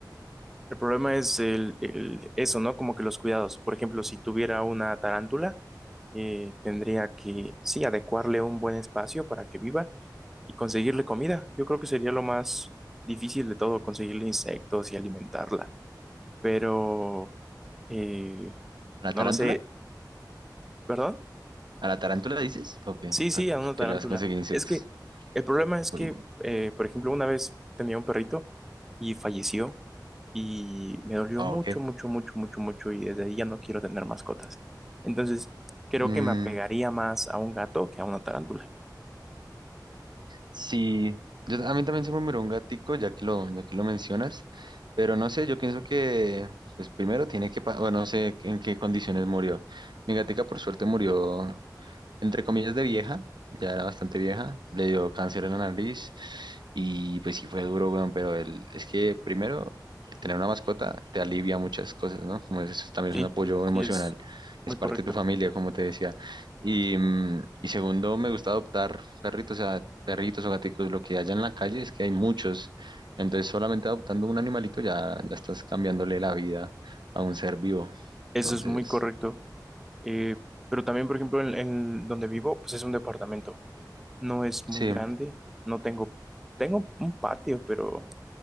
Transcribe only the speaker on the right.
¿A la
tarántula?
¿A la tarántula dices? ¿O qué?
¿A
qué le vas a conseguir insectos?
Uy,
ah,
ok.
Mm,
sí, yo, a mí también se me murió un gatico, ya que lo, ya que lo mencionas, pero no sé, yo pienso que, pues primero tiene que, pa- o no sé en qué condiciones murió. Mi gatica por suerte murió entre comillas, de vieja, ya era bastante vieja, le dio cáncer en la nariz y pues sí fue duro, weón, pero el, es que primero, tener una mascota te alivia muchas cosas, ¿no? Como es, también
es un apoyo
emocional,
es
parte
de tu familia, como te decía. Y, mm, y segundo, me gusta adoptar perritos, o sea, perritos o gaticos, lo que haya en la calle es que hay muchos. Entonces, solamente adoptando un animalito ya, ya estás cambiándole la vida a un ser vivo.
Entonces,
sí.